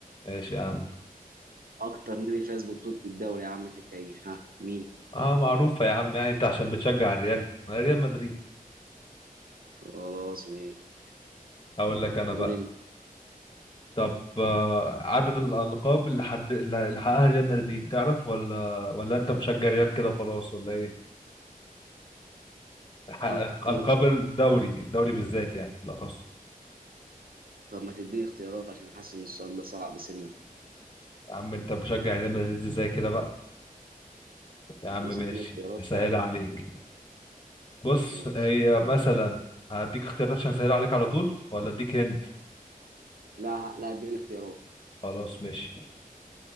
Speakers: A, on the left; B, on the right.
A: ماشي يا عم
B: اكتر نادي فاز ببطوله الدوري يا عم في التاريخ ها مين
A: اه معروفة يا عم يعني انت عشان بتشجع الريال انا ريال مدريد
B: خلاص ماشي
A: اقول لك انا
B: قول
A: بقى
B: انت
A: طب آه، عدد الألقاب اللي حد اللي اللي حققها ريال مدريد تعرف ولا ولا انت مشجع ريال كده وخلاص ولا ايه حقق
B: اكتر
A: ألقاب الدوري الدوري بالذات يعني بالأخص
B: طب ما تديني اختيارات عشان حاسس ان السؤال ده صعب سنة
A: يا عم انت مشجع ريال مدريد ازاي كده بقى يا عم
B: خلاص
A: ماشي
B: اديني اختيارات
A: هسهلها عليك بص
B: ماشي
A: هي مثلا هديك اختيارات عشان اسهل عليك على طول ولا اديك هند
B: لا لا اديني اختيارات
A: خلاص ماشي